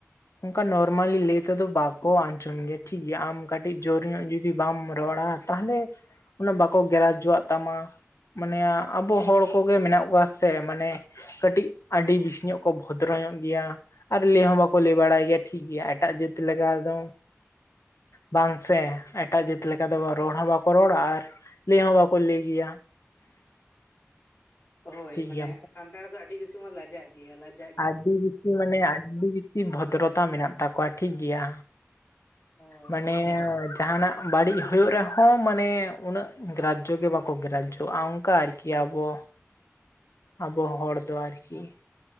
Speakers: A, on the left; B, on the left.
A: ᱚᱱᱠᱟ ᱱᱚᱨᱢᱟᱞᱤ ᱞᱟᱹᱭ ᱛᱮᱫᱚ ᱵᱟᱠᱚ ᱟᱸᱪᱚᱱ ᱜᱮᱭᱟ ᱴᱷᱤᱠᱜᱮᱭᱟ ᱟᱢ ᱠᱟᱹᱴᱤᱡ ᱡᱳᱨ ᱧᱚᱜ ᱡᱩᱫᱤ ᱡᱩᱫᱤ ᱵᱟᱢ ᱨᱚᱲᱟ ᱛᱟᱦᱞᱮ ᱩᱱᱟᱹᱜ ᱵᱟᱠᱚ ᱜᱮᱨᱟᱡᱚᱣᱟᱜ ᱛᱟᱢᱟ, ᱢᱟᱱᱮ ᱟᱵᱚ ᱦᱚᱲ ᱠᱚᱜᱮ ᱢᱮᱱᱟᱜ ᱠᱚᱣᱟ ᱥᱮ ᱢᱟᱱᱮ ᱠᱟᱹᱴᱤᱡ ᱟᱹᱰᱤ ᱵᱮᱥᱤ ᱧᱚᱜ ᱠᱚ ᱵᱷᱚᱫᱨᱚ ᱧᱚᱜ ᱜᱮᱭᱟ᱾ ᱟᱨ ᱞᱟᱹᱭ ᱦᱚᱸ ᱵᱟᱠᱚ ᱞᱟᱹᱭ ᱵᱟᱲᱟᱭ ᱜᱮᱭᱟ ᱴᱷᱤᱠ ᱜᱮᱭᱟ ᱮᱴᱟᱜ ᱡᱟᱹᱛ ᱞᱮᱠᱟ ᱫᱚ, ᱵᱟᱝ ᱥᱮ? ᱮᱴᱟᱜ ᱡᱟᱹᱛ ᱞᱮᱠᱟ ᱫᱚ ᱨᱚᱲ ᱦᱚᱸ ᱵᱟᱠᱚ ᱨᱚᱲᱟ ᱟᱨ ᱞᱟᱹᱭ ᱦᱚᱸ ᱵᱟᱠᱚ ᱞᱟᱹᱭ ᱜᱮᱭᱟ,
B: ᱦᱳᱭ
A: ᱴᱷᱤᱠ
B: ᱢᱟᱱᱮ
A: ᱜᱮᱭᱟ
B: ᱥᱟᱱᱛᱟᱲ ᱫᱚ ᱟᱹᱰᱤ ᱵᱮᱥᱤ ᱵᱚᱱ ᱞᱟᱡᱟᱜ ᱜᱮᱭᱟ ᱞᱟᱡ
A: ᱟᱹᱰᱤ ᱵᱮᱥᱤ ᱢᱟᱱᱮ ᱟᱹᱰᱤ ᱵᱮᱥᱤ ᱵᱷᱚᱫᱨᱚᱛᱟ ᱢᱮᱱᱟᱜ ᱛᱟᱠᱚᱣᱟ ᱴᱷᱤᱠᱜᱮᱭᱟ,
B: ᱦᱳᱭ
A: ᱢᱟᱱᱮ ᱡᱟᱦᱟᱱᱟᱜ ᱵᱟᱹᱲᱤᱡ ᱦᱩᱭᱩᱜ ᱨᱮᱦᱚᱸ ᱢᱟᱱᱮ ᱩᱱᱟᱹᱜ ᱜᱨᱟᱡᱽᱡᱚ ᱜᱮ ᱵᱟᱠᱚ ᱜᱨᱟᱡᱽᱡᱚᱣᱟᱜ-ᱟ ᱚᱱᱠᱟ ᱟᱨᱠᱤ ᱟᱵᱚ ᱟᱵᱚ ᱦᱚᱲ ᱫᱚ ᱟᱨᱠᱤ,